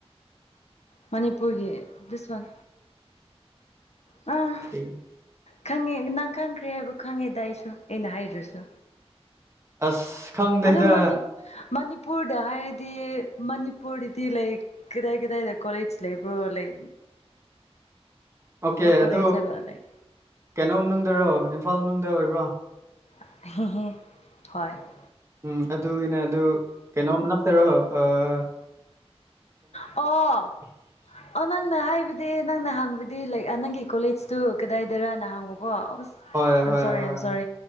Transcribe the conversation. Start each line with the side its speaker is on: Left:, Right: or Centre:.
Left: ꯃꯅꯤꯄꯨꯔꯒꯤ ꯗꯤꯁꯋꯥꯟ ꯑꯥ
Right: ꯊꯤ
Left: ꯈꯪꯉꯦ ꯅꯪ ꯈꯪꯈ꯭ꯔꯦ ꯍꯥꯏꯕ ꯈꯪꯉꯦꯗ ꯑꯩꯁꯨ ꯑꯩꯅ ꯍꯥꯏꯗ꯭ꯔꯁꯨ
Right: ꯑꯁ ꯈꯪꯗꯦꯗ
Left: ꯑꯗꯣ ꯃꯅꯤꯞ ꯃꯅꯤꯄꯨꯔꯗ ꯍꯥꯏꯔꯗꯤ ꯃꯅꯤꯄꯨꯔꯗꯗꯤ ꯂꯥꯏꯛ ꯀꯗꯥꯏ ꯀꯗꯥꯏꯗ ꯀꯣꯂꯦꯖ ꯂꯩꯕ꯭ꯔꯣ ꯂꯩ
Right: <inaudible> ꯑꯣꯀꯦ
Left: ꯀꯣꯂꯦꯖ
Right: ꯑꯗꯨ
Left: ꯍꯥꯏꯕ ꯂꯩ
Right: ꯀꯩꯅꯣꯝꯅꯨꯡꯗꯔꯣ ꯏꯝꯐꯥꯜ ꯃꯅꯨꯡꯗ ꯑꯣꯏꯕ꯭ꯔꯣ
Left: ꯍꯣꯏ
Right: ꯎꯝ ꯑꯗꯨꯒꯤꯅꯦ ꯑꯗꯨ ꯀꯩꯅꯣꯝ ꯅꯞꯇꯔꯣ ꯑꯥ
Left: ꯑꯣ
Right: <inaudible>
Left: ꯑꯣ ꯅꯪꯅ ꯍꯥꯏꯕꯗꯤ ꯅꯪꯅ ꯍꯥꯡꯕꯗꯤ ꯂꯥꯏꯛ ꯑꯥ ꯅꯪꯒꯤ ꯀꯣꯂꯦꯖꯇꯨ ꯀꯗꯥꯏꯗꯔꯥꯅ ꯍꯥꯡꯕꯀꯣ ꯑꯁ
Right: ꯍꯣꯏ
Left: ꯑꯝ
Right: ꯍꯣꯏ
Left: ꯁꯣꯔꯤ
Right: ꯍꯣꯏ
Left: ꯑꯝ ꯁꯣꯔꯤ